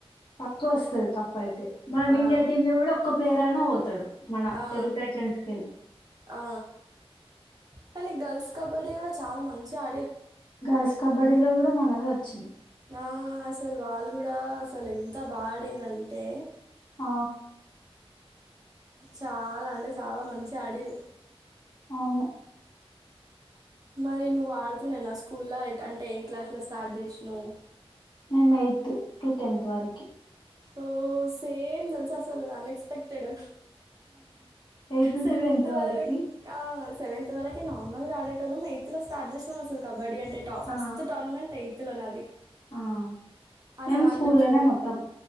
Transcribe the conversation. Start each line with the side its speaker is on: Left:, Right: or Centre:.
Left: పక్కు వొస్తది కప్ ప్పుయితే మనం
Right: ఆ,
Left: ఇండియా టీమ్ లో గూడా ఒక్క ప్లేయర్ అయినా పోతాడు మన
Right: ఆ,
Left: తెలుగు టైటన్స్ కెన్
Right: ఆ. కానీ గర్ల్స్ కబడ్డీ గూడా చాలా మంచి ఆ
Left: గర్ల్స్ కబడ్డీలో గూడా మనదే వచ్ చిన్
Right: ఆ అసలు వాళ్లు గూడా అసలు ఎంత బాడిర్రు అంటే
Left: ఆ
Right: చాలా అంటే చాలా మంచి ఆడిరు
Left: అవును
Right: మరి నువ్వు ఆడుతున్నేనా స్కూల్లో అంటే ఏ క్లాస్ లో స్టార్ట్ జేసినవ్
Left: నిమ్ ఎయితు టు టెన్త్ వరికి
Right: ఓ సేమ్ దెలుసా అసలు unexpected
Left: eighth
Right: seventh
Left: to tenth వరకి
Right: వర ఆ సెవెన్త్ వరకి నార్మల్ గా ఆడేటోళ్ళం ఎయిత్ లో స్టార్ట్ జేసినం అసలు కబడ్డీ అ ట ఫస్ట్
Left: ఆ
Right: టోర్నమెంట్ ఎయి తుల నాది
Left: ఆ
Right: అస
Left: మేము
Right: అన్ల
Left: స్కూల్లోనే
Right: జు
Left: మొత్తం